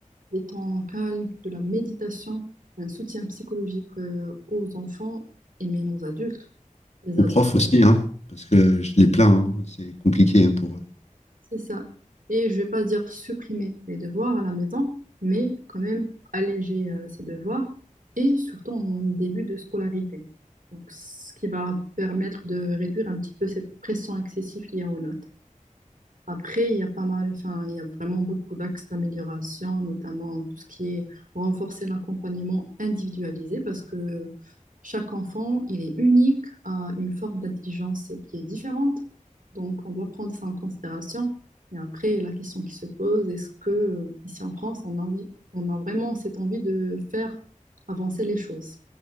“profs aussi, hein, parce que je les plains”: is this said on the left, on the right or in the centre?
Left